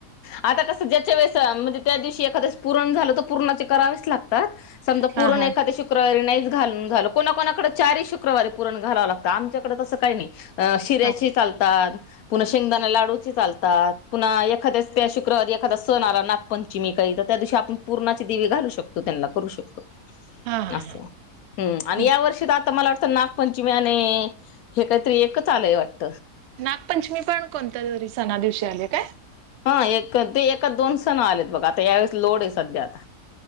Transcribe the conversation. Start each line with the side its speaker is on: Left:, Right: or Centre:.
Left: आता कस ज्याच्या वेळे च म्हणजे त्या दिवशी एखादच पूरण झालं तर पूर्णाचे करावेच लागतते समजा
Right: हा
Left: पूर्ण
Right: हा.
Left: एखाद्या शुक्रवारी नाही घालून झालं कोणा कोणाकड चार शुक्रवारी पुरण घलावं लागतं. आमच्याकडे तसं काही नाही अ शिऱ्याची
Right: हा
Left: चालतात पुन्हा शेंगदाणा लाडूची चालतात. पुन्हा एखाद्याच त्या शुक्रवारी एखादा सण आला नागपंचमी काही तर त्या दिवशी आपण पुरणाचे दिवे घालू शकतो त्यांना करू शकतो अस
Right: हा हा
Left: हम् आणि
Right: ह
Left: या वर्षीतर आता मला वाट आता नागपंचमीने हे काहीतरी एकच आलय वाट
Right: नागपंचमी पण कोणत तरी सणा दिवशी आले काय
Left: हा एक ते दोन सण आलेत बघा आता, यावेेळेस लोड आहे सध्या आता.